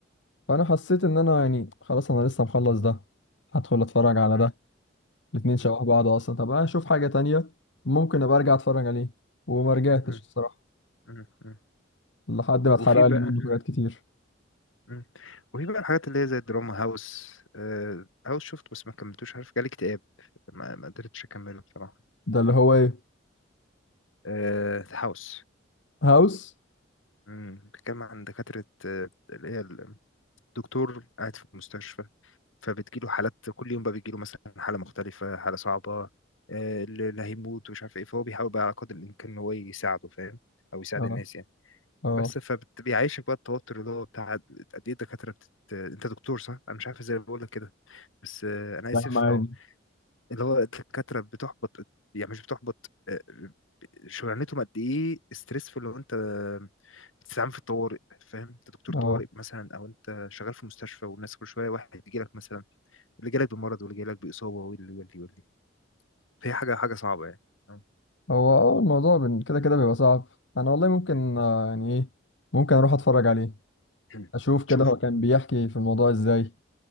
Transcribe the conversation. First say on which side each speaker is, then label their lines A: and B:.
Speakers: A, on the left (about 65°); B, on the left (about 85°).
A: فانا حسيت ان انا يعني خلاص انا لسه مخلص ده هدخل اتفرج على
B: مم،
A: ده الاتنين
B: مم،
A: شبه بعض اصلا طب انا اشوف حاجة تانية ممكن ابقى ارجع اتفرج عليه وما رجعتش
B: مم،
A: الصراحة
B: مم، مم.
A: لحد ما اتحرق
B: وفي بقى
A: لي منه حاجات كتير
B: مم. وفي بقى الحاجات اللي هي زي الدراما هاوس آه هاوس شفت بس ما كملتوش عارف جالي اكتئاب ما ما قدرتش أكمله بصراحة
A: ده اللي هو ايه
B: آه هاوس
A: هاوس
B: مم، بيتكلم عن دكاترة آه، اللي هي الدكتور قاعد في المستشفى فبتجيله حالات كل يوم بقى بيجيله مثلا حالة مختلفة حالة صعبة آه، اللي هيموت ومش عارف ايه فهو بيحاول بقى على قدر الإمكان إن هو يساعده فاهم أو يساعد
A: اه
B: الناس يعني
A: اه
B: بس فبيعيشك بقى التوتر اللي هو بتاع قد ايه الدكاترة بتت... انت دكتور صح؟ انا مش عارف ازاي بقول لك كده بس آه، انا اسف
A: يا عم عادي
B: اه اللي هو الدكاترة بتحبط يعني مش بتحبط آه، شغلانتهم قد ايه ستريسفul لو انت بتستعمل في الطوارئ فاهم انت دكتور
A: اه
B: طوارئ مثلا او انت شغال في مستشفى والناس كل شويه واحد يجي لك مثلا اللي جالك بمرض واللي جالك بإصابة واللي واللي واللي فهي حاجة حاجة صعبة يعني آه.
A: هو اه الموضوع بن- كده كده بيبقى صعب انا والله ممكن آه، يعني ايه ممكن اروح اتفرج عليه
B: <clears throat>
A: اشوف
B: شوفوا
A: كده هو كان بيحكي في الموضوع ازاي